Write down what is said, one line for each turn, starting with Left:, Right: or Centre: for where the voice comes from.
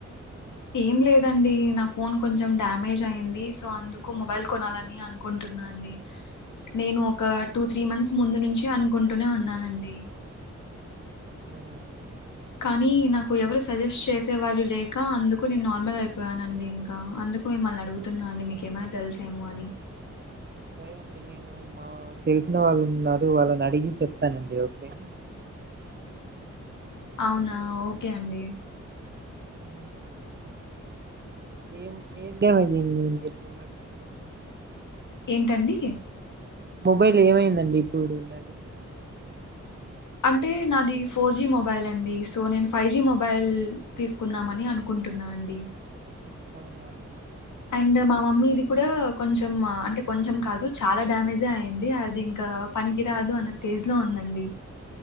Left: ఏం లేదండి. నా ఫోన్ కొంచెం డ్యామేజ్ అయింది. సో అందుకు మొబైల్ కొనాలని అనుకుంటున్నా అండి. నేను ఒక టూ త్రీ మంత్స్ ముందు నుంచి అనుకుంటూనే ఉన్నానండి.
Right: అ అండి.
Left: కానీ నాకు ఎవరు సజెస్ట్ చేసే వాళ్ళు లేక అందుకు ఇప్పుడు నేను నార్మల్ అయిపోయాను అండి ఇంకా అందుకు మిమ్మల్ని అడుగుతున్నా అండి. మీకేమైనా తెలుసేమో అని
Right: సరే అండి నేను మా తెలిసిన వాళ్ళు ఉన్నారు. వాళ్ళని అడిగి చెప్తానండి ఓకేనా.
Left: అవునా ఓకే అండి.
Right: అ ఏం డమేజ్ అయ్యింది ఎప్పుడున్న
Left: ఏంటండీ.
Right: మొబైల్ ఏమైందండి ఇప్పుడు ఉన్నది.
Left: అంటే నాది ఫోర్ జీ మొబైల్ అండి. సో నేను ఫైవ్ జీ మొబైల్ తీసుకుందామని అనుకుంటున్నా అండి.
Right: అవునండి.
Left: అండ్ మా మమ్మీది
Right: ఓ
Left: కూడా కొంచెం అంటే కొంచెం కాదు చాలా డ్యామేజే అయింది అది ఇంకా పనికిరాదు అన్న స్టేజ్ లో ఉందండి.